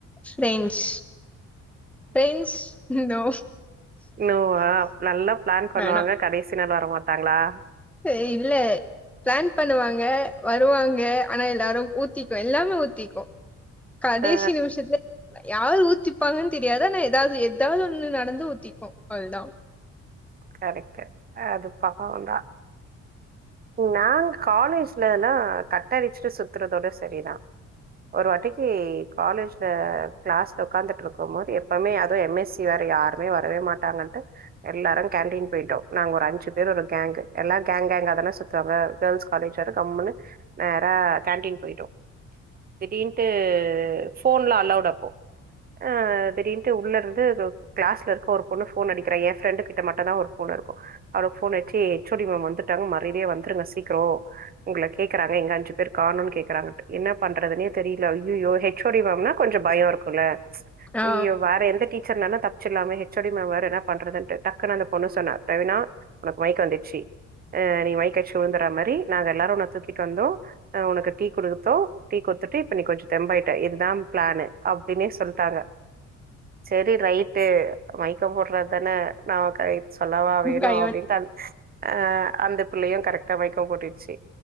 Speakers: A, in the centre; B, on the right.
A: ஃபிரென்ட்ஸ் ஃபிரென்ட்ஸ் நோ
B: நோவா நல்லா பிளான் பண்ணுவாங்க
A: மேடம்
B: <unintelligible> வர மாட்டாங்களா
A: சே இல்ல பிளான் பண்ணுவாங்க வருவாங்க ஆனா எல்லாரு ஊத்திக்கு எல்லாமே ஊத்திக்கு கடேசி
B: ஆ
A: நிமிஷத்துல யாரு ஊத்திப்பாங்கன்னு தெரியாது ஆனா ஏதாவது எதாவது ஒன்னு நடந்து ஊத்திக்கு அவல்தா
B: கரெக்ட் அது பாவந்தா நாங்க காலேஜ்லலா கட்டடிச்சுட்டு சுத்துறதோட செரிதா ஒரு வாட்டிக்கு காலேஜ்ல கிளாஸ்ல உட்காந்துட்ருக்கு போது எப்பமே அதுவு எம் எஸ் சி வேற யாருமே வரவே மாட்டாங்கன்ட்டு எல்லாரு கேன்டீன் போயிட்டோ நாங்க ஒரு அஞ்சு பேர் ஒரு கேங்கு எல்லா கேங் கேங்காதான சுத்துவாங்க கேர்ள்ஸ் காலேஜ் வேர கம்முன்னு நேரா கேண்டீன் போய்ட்டோ திடீர்ன்ட்டு போன்லா அலௌட் அப்போ ஆ திடீர்ன்ட்டு உள்ள இருந்து ஏதோ கிளாஸ்ல இருக்க ஒரு பொண்ணு போன் அடிக்கிறா என் ஃப்ரெண்டு கிட்ட மட்டுதா ஒரு ஃபோன் இருக்கு அவளுக்கு போன் அடிச்சு ஹெச்சோடி மேம் வந்துட்டாங்க மத் <unintelligible> வந்துருங்க சீக்கரொ உங்கள கேறாங்க எங்க அஞ்சு பேர் காணோன்னு கேக்கறாங்க என்ன பண்றதுனே தெரில ஹெச் ஓ டி மேம்னா கொஞ்சொ பயொ இருக்குல்ல
A: ஆ
B: ஐயோ வேற எந்த டீச்சர்னாலு தப்சர்லாமே ஹெச் ஓ டி மேம் வேற என்ன பண்றதுன்டு டக்குன்னு அந்தப் பொண்ணு சொன்னா பிரவீனா உனக்கு மயக்க வந்துச்சி நீ மயக்க அச்சி விழுந்துறா மாரி நாங்க எல்லாரு உன்ன தூக்கிட்டு வந்தோ உனக்கு டீ குடுத்தோ டீ குத்துட்டு இப்ப நீ கொஞ்சொ தெம்பாயிட்ட இதுதா பிளானு அப்டீனே சொல்ட்டாங்க செரி ரைட்டு மயக்க போட்றதான நமக்கு சொல்லவா வேணு
A: கை
B: அப்டின்ட்டு
A: வந்
B: அ அஹ் அந்த பிள்ளையு கரெக்டா மயக்கொ போட்டுருச்சு